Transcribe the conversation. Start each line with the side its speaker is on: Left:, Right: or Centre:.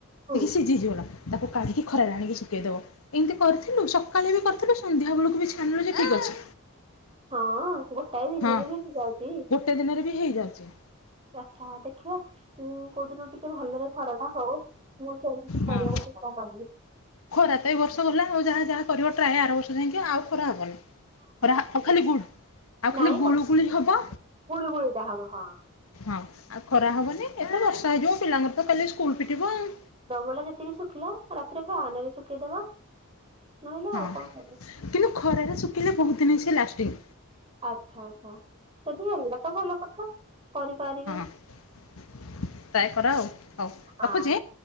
Right: ହୁଁ
Left: ଟିକେ ସିଝିଗଲା ତାକୁ କାଢିକି ଖରାରେ ଆଣିକି ଶୁଖେଇ ଦବ ଏନ୍ତି କରି ସକାଳେ ବି କର୍ଥିଲୁ ସନ୍ଧ୍ୟା ବେଳକୁ ବି ଛାଣିଲୁ ସେ ଠିକ୍ ଅଛି
Right: ହଁ ଗୋଟାଏ ଦିନରେ
Left: ହଁ
Right: ବି ହେଇଯାଉଛି
Left: ଗୋଟେ ଦିନରେ ବି ହେଇଯାଉଛି।
Right: ଆଚ୍ଛା ଦେଖିବା ଉଁ କୋଉଦିନ ଟିକେ ଭଲରେ ଖରଟା ହଉ ମୁଁ ସେମିତି କରିବାକୁ
Left: ହଁ।
Right: ଚେଷ୍ଟା କରିବି
Left: ଖରା ତ ଏଇ ବର୍ଷ ଗଲା ଆଉ ଯାହା ଯାହା କରିବ ଟ୍ରାଏ ଆର ବର୍ଷ ଯାଇଁକି ଆଉ ଖରା ହବନି ଖରା ଆଉ ଖାଲି ଗୁଳ୍ ଆଉ
Right: ନାଇଁ
Left: ଖାଲି ଗୁଳୁ
Right: ଗୋଟେ
Left: ଗୁଳି ହବ
Right: ଗୁଳି ଗୁଳିଟା ହବ ହଁ
Left: ହଁ ଆଉ ଖରା ହବନି ଏବେ ବର୍ଷା ହେଇଯିବ ପିଲାଙ୍କର ତ କାଲି ସ୍କୁଲ୍ ଫିଟିବ ଅ
Right: ଦ ବେଳେ ଯେତିକି ଶୁଖିଲା ରାତିରେ ଫ୍ୟାନ୍ ରେ ଶୁଖେଇଦବା ନହଲେ
Left: ହଁ।
Right: ଆଉ କଣ କରିବା
Left: କିନ୍ତୁ ଖରାରେ ଶୁଖିଲେ ବହୁତ୍ ଦିନ ସେ ଲାଷ୍ଟିଙ୍ଗ୍
Right: ଆଚ୍ଛା ଆଚ୍ଛା ଯଦି ହେଲେ ତ ଭଲ କଥା କରିପାରିବେ
Left: ହଁ ଟ୍ରାଏ କର ଆଉ ହଉ ରଖୁଛି।
Right: ଆଁ